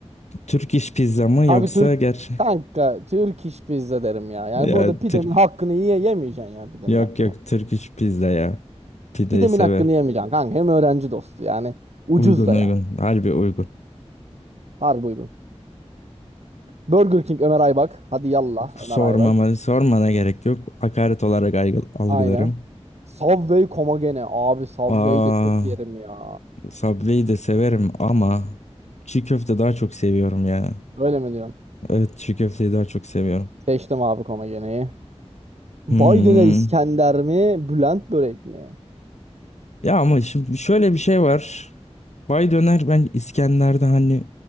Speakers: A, on the left; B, on the right.
A: Türk iş pizza mı
B: Kanka
A: yoksa
B: Türk Hangi?
A: ger
B: kanka Türk iş pizza derim ya. Yani
A: <laughs> ya
B: burada pidemin
A: Türk
B: hakkını yiye yemeyeceksin ya pidemin
A: yok
B: hakkını.
A: yok Türk iş pizza ya. Pideyi
B: Pidemin
A: sever.
B: hakkını yemeyeceksin kanka. Hem öğrenci dostu yani. Ucuz
A: Uygun
B: da
A: uygun.
B: ya.
A: Harbi uygun.
B: Harbi uygun. Burger King Ömer Aybak. Hadi yallah
A: Sormama,
B: Ömer Aybak.
A: sormana gerek yok. Hakaret olarak algı- algılarım.
B: Aynen. Subway Komagene. Abi Subway
A: Aa,
B: de çok yerim ya.
A: Subway'i de severim ama çiğ köfte daha çok seviyorum ya.
B: Öyle mi diyorsun?
A: Evet, çiğ köfteyi daha çok seviyorum.
B: Seçtim abi Komagene'yi. Baydöner
A: Hmm.
B: İskender mi? Bülent börek mi?
A: Ya ama şimdi şöyle bir şey var. Bay Döner ben İskender'de hani